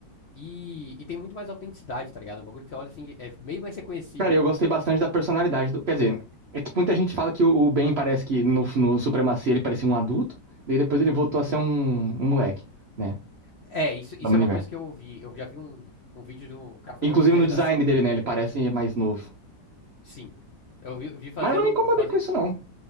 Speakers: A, on the left (about 55°); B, on the right (about 65°).
A: E, e tem muito mais autenticidade, tá ligado? É um bagulho que você olha assim, é meio mais reconhecível.
B: Cara, eu gostei bastante da personalidade do. Quer dizer, é que muita gente fala que o, o Ben parece que no, no Supremacia ele parecia um adulto, daí depois ele voltou a ser um, um moleque, né?
A: É, isso,
B: Do
A: isso
B: Omniverse.
A: é uma coisa que eu vi. Eu já vi um, um vídeo de um cara fazendo
B: Inclusive
A: um vídeo
B: no
A: de redação.
B: design dele, né? Ele parece mais novo.
A: Sim. Eu vi, vi fazendo
B: Mas eu não me
A: um.
B: incomodei
A: Fazer,
B: com isso, não.